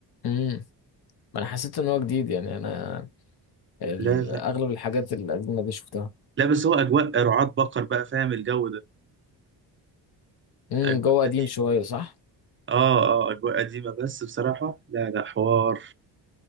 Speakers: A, on the left; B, on the right.
A: امم ما انا حسيت ان هو جديد يعني انا ال-
B: لا لا
A: اغلب الحاجات الاجنبي شفتها
B: لا بس هو اجواء رعاة بقر بقى فاهم الجو ده
A: امم
B: اجواء
A: جوه
B: قديمه
A: قديم شويه صح
B: اه اه اجواء قديمه بس بصراحه لا لا حوار